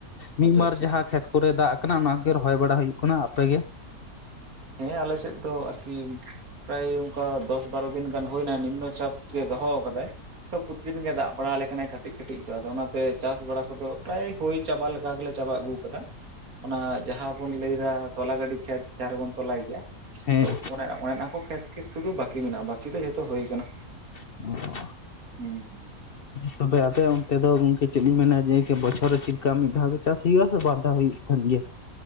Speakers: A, on the left; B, on the right.
A: ᱢᱤᱫ
B: ᱟᱪᱪᱷᱟ
A: ᱢᱟᱨ
B: ᱟᱪᱪᱷᱟ
A: ᱡᱟᱦᱟᱸ ᱠᱷᱮᱛ ᱠᱚᱨᱮ ᱫᱟᱜ ᱠᱟᱱᱟ ᱚᱱᱟᱜᱮ ᱨᱚᱦᱚᱭ ᱵᱟᱲᱟ ᱦᱩᱭᱩᱜ ᱠᱟᱱᱟ ᱟᱯᱮᱜ ᱜᱮ
B: ᱦᱮᱸ ᱟᱞᱮ ᱥᱮᱫ ᱫᱚ ᱟᱹᱨᱠᱤ ᱾ ᱯᱨᱟᱭ ᱚᱱᱠᱟ ᱫᱚᱥ ᱵᱟᱨᱚ ᱫᱤᱱ ᱜᱟᱱ ᱦᱩᱭᱱᱟ ᱱᱤᱢᱱᱚ ᱪᱟᱯ ᱜᱮ ᱫᱚᱦᱚ ᱟᱠᱟᱫᱟᱭ᱾ ᱛᱚ ᱯᱚᱛᱤ ᱫᱤᱱ ᱜᱮ ᱫᱟᱜ ᱵᱟᱲᱟ ᱟᱞᱮ ᱠᱟᱱᱟᱭ ᱠᱟᱹᱴᱤᱡ ᱠᱟᱹᱴᱤᱡ ᱫᱚ ᱟᱫᱚ ᱚᱱᱟᱛᱮ ᱪᱟᱥ ᱵᱟᱲᱟ ᱠᱚᱫᱚ ᱯᱨᱟᱭ ᱦᱳᱭ ᱪᱟᱵᱟ ᱞᱮ ᱜᱚᱴᱟ ᱜᱮᱞᱮ ᱪᱟᱵᱟ ᱟᱹᱜᱩ ᱟᱠᱟᱫᱟ᱾ ᱚᱱᱟ ᱡᱟᱦᱟᱸ ᱵᱚᱱ ᱞᱟᱹᱭᱫᱟ ᱛᱚᱞᱟ ᱜᱟᱹᱰᱤ ᱠᱷᱮᱛ, ᱡᱟᱦᱟᱸ ᱨᱮᱵᱚᱱ ᱛᱚᱞᱟᱭ ᱜᱮᱭᱟ᱾
A: ᱦᱮᱸ
B: ᱛᱚ ᱚᱱ ᱚᱱᱮᱱᱟᱜ ᱠᱚ ᱠᱷᱮᱛ ᱥᱩᱫᱷᱩ ᱵᱟᱹᱠᱤ ᱢᱮᱱᱟᱜ-ᱟ᱾ ᱵᱟᱹᱠᱤ ᱫᱚ ᱡᱷᱚᱛᱚ ᱦᱳᱭ ᱠᱟᱱᱟ᱾
A: <unintelligible>
B: ᱦᱩᱸ᱾
A: ᱛᱚᱵᱮ ᱟᱯᱮ ᱚᱱᱛᱮ ᱫᱚ ᱜᱚᱝᱠᱮ ᱪᱮᱫ ᱞᱤᱧ ᱢᱮᱱᱟ ᱡᱮ ᱵᱚᱪᱷᱚᱨ ᱨᱮ ᱪᱮᱫᱠᱟ ᱢᱤᱫ ᱫᱷᱟᱣ ᱜᱮ ᱪᱟᱥ ᱦᱩᱭᱩᱜ ᱟ ᱥᱮ ᱵᱟᱨ ᱦᱟ ᱦᱩᱭᱩᱜ ᱠᱟᱱ ᱜᱮᱭᱟ᱾